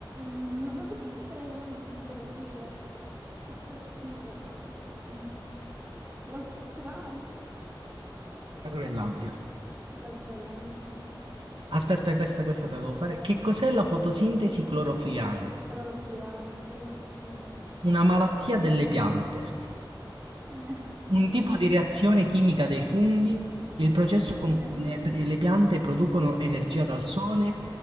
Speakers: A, on the right; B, on the right.
A: mm, no, ma perché mi fai le domande di geografia? Faccio schifo. Eh, L'Australia,
B: La Groenlandia.
A: la Groenlandia, vabbè.
B: Aspetta, aspetta, questa, questa te la devo fare. Che cos'è la fotosintesi clorofiliana?
A: Clorofiliana, sì, dimmi. Eh,
B: Una malattia delle piante.
A: <laughs>
B: Un
A: sì.
B: tipo di reazione chimica dei funghi, il processo con
A: Eh,
B: cui le, le piante producono energia dal sole,